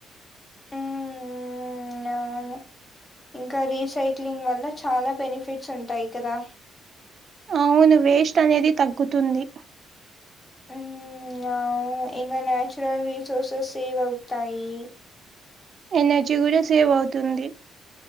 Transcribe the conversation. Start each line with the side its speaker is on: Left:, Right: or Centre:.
Left: మ్మ్ అవును ఇంకా రీసైక్లింగ్ వల్ల చాలా బెనిఫిట్స్ ఉంటాయి కదా
Right: అవును వేస్ట్ అనేది తగ్గుతుంది
Left: ఉమ్ అవును ఇంగ న్యాచురల్ రిసోర్సెస్ సేవ్ అవుతాయి
Right: ఎనర్జీ కూడా సేవ్ అవుతుంది